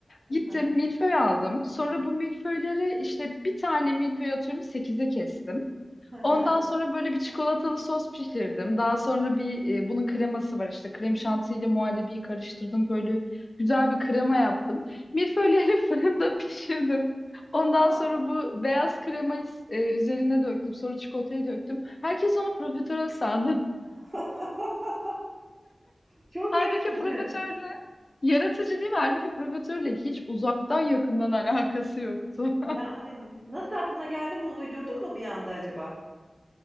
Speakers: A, on the right; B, on the left.
A: Hı
B: Gittim
A: hı.
B: milföy aldım. Sonra bu milföyleri işte bir tane milföy atıyorum sekize kestim.
A: Hı hı.
B: Ondan sonra böyle bir çikolatalı sos pişirdim. Daha sonra bir e, bunun kreması var işte krem şantiyle muhallebiyi karıştırdım. Böyle güzel bir krema yaptım. Milföyleri <laughs> fırında pişirdim. Ondan
A: Aa,
B: sonra bu beyaz kremayı e, üzerine döktüm. Sonra çikolatayı döktüm. Herkes onu profiterol sandı. <laughs>
A: <laughs> çok
B: Halbuki
A: yaratıcı.
B: profiterole yaratıcı değil mi? Halbuki profiterole hiç uzaktan yakından alakası yoktu.
A: Yani nasıl aklına geldi bunu uydurdun mu bir anda acaba?